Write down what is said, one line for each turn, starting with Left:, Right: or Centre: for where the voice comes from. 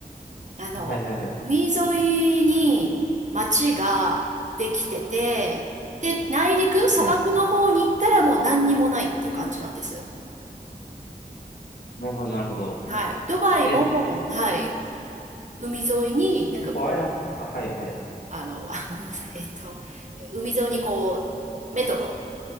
Right: あの、
Left: はいはいはい。
Right: 海沿いに町ができてて、で、内陸、砂漠の方に行ったらもう何にもないっていう感じなんです。
Left: はい。なるほど、なるほど。
Right: はい。ドバイも、
Left: え、
Right: はい。海沿いになんかこう、
Left: 結構あや、あ、はいはい。
Right: あの、あ、ごめんなさい。えっと、え海沿いにこう、メトロ、